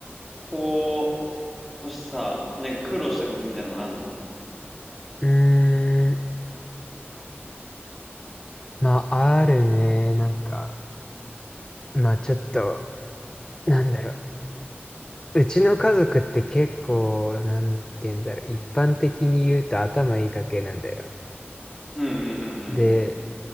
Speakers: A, in the centre; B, on the left.
A: 子としてさ、なんか苦労したことみたいなのあんの
B: うーん、まあ、あるね。なんか、まあ、ちょっと、なんだろう。うちの家族って結構、なんて言うんだろう。一般的に言うと頭いい家系なんだよ。
A: うんうん
B: で、